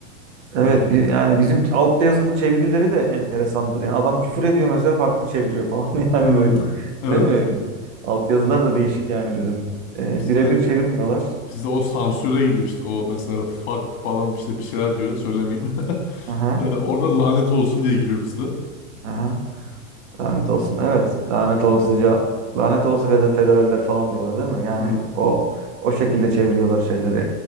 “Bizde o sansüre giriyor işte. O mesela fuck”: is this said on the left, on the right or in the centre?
Left